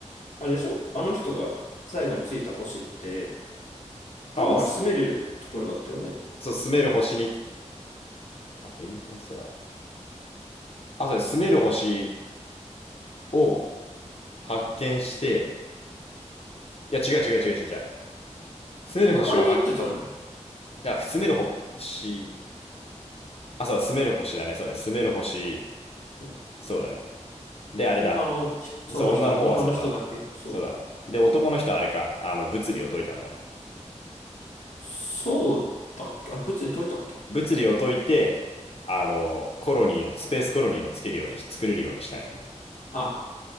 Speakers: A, on the left; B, on the left.
A: あれでしょあの人が最後についた星って、多分あれ住めるところだったよね。
B: ああ、すそう、住める星に、あとインターステラー。あ、そうです。住める星を発見して、いや、違う違う違う違う違う。住める星は、
A: え、迎えに行ってたじゃん。
B: は、あ、住める星、あ、そうだ、住める星だね。そうだね。住める星、
A: そう
B: そうだね。で、あれだ。
A: 女の、その人、
B: そう、女の方はそうだ。
A: 女の人だけ。そう。
B: そうだ。で、男の人はあれか。あの、物理を解いたんだ。
A: そうだっけあれ、物理解いたっけ
B: 物理を解いて、あの、コロニーを、スペースコロニーをつけるようにし、作れるようにしたんよ。
A: あ、